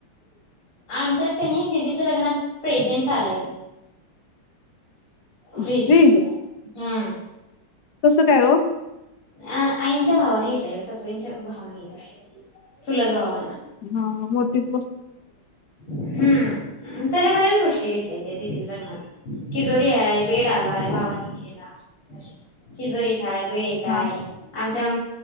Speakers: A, on the left (about 75°); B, on the left (about 55°).
A: आमच्यात कनी दिदी च्या लग्नात प्रेेंजेंट आलाये
B: फ्रीज
A: फ्रिज - हा
B: कसं काय हो?
A: आ आईंच्या भावाने घेतलाय सासुबाईंच्या भावाने घेतलाय चुलत भावान-
B: हा हा मोठीच गो
A: हम्म. तश्या बऱ्याच गोष्टी घेतल्या दिदीच्या लग्नात ति जोरी आहे बेड आलाय भावाने घेतलेला तिजोरी- काय बई काय
B: हा हा
A: आमच्या-